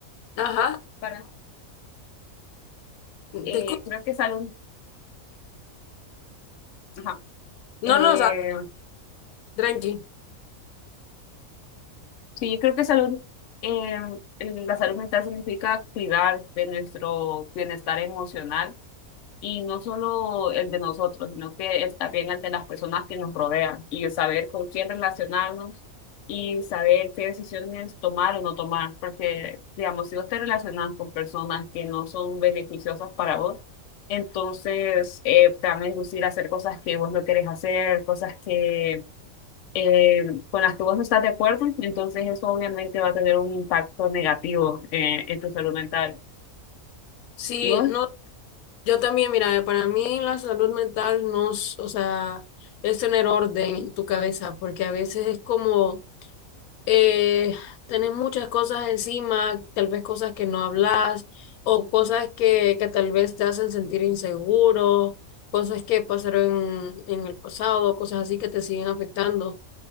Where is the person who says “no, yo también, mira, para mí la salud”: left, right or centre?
Left